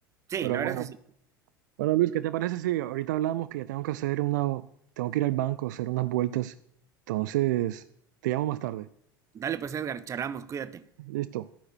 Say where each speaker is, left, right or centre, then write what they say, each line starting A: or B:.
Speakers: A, on the right; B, on the right.
A: Sí,
B: Pero
A: la verdad
B: bueno,
A: es que sí.
B: bueno, Luis, ¿qué te parece si ahorita hablamos que ya tengo que hacer una, tengo que ir al banco, hacer unas vueltas? Entonces, te llamo más tarde.
A: Dale pues Edgar, charlamos, cuídate.
B: Listo.